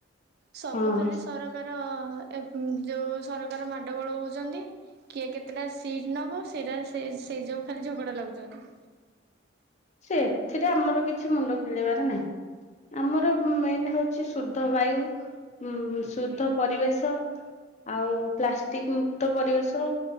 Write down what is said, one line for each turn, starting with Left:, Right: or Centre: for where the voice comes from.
Right: ସବୁ
Left: ହଁ
Right: ଖାଲି ସରକାର। ଅ, ଏ, ଉଁ, ଯୋଉ ସରକାର ମାଡଗୋଳ ହଉଚନ୍ତି, କିଏ କେତେଟା ସିଟ୍ ନବ ସେଇଟା ସେ ସେଇ ଯୋଉ ଖାଲି ଝଗଡା ଲାଗୁଚନ୍ତି।
Left: ସେ ଏଥିରେ ଆମର କିଛି ମୁଣ୍ଡ ଖେଳିବାର ନାହିଁ, ଆମର ମେନ ହଉଛି ଶୁଦ୍ଧ ବାୟୁ ଉଁ, ଶୁଦ୍ଧ ପରିବେଶ, ଆଉ ପ୍ଲାଷ୍ଟିକ ମୁକ୍ତ ପରିବେଶ,